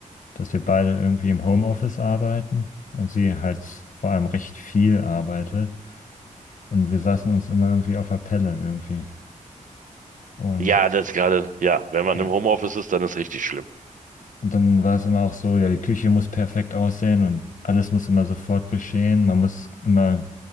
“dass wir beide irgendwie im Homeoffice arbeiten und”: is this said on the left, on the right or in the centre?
Left